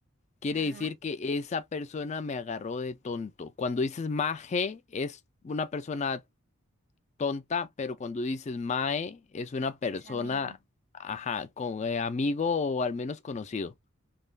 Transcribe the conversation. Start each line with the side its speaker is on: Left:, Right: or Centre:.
Left: Quiere
Right: ajá,
Left: decir que esa persona me agarró de tonto. Cuando dices maje es una persona tonta, pero cuando dices mae es una persona,
Right: es amigo.
Left: ajá, con eh, amigo o al menos conocido.